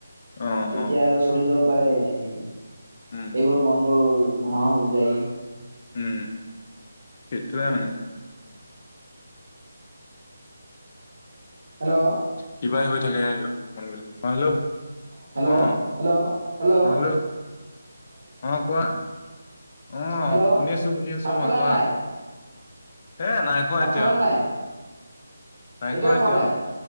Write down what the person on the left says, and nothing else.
অ',
অ',
উম,
উম, সেইটোয়ে মানে।
কিবাই হৈ থাকে মনবিলাক, অ হেল্ল'।
অ অ হেল্ল' অ কোৱা, অ
শুনি আছো, শুনি আছো
মই কোৱা।
এ নাই। খোৱা
এতিয়া
নাই
এতিয়া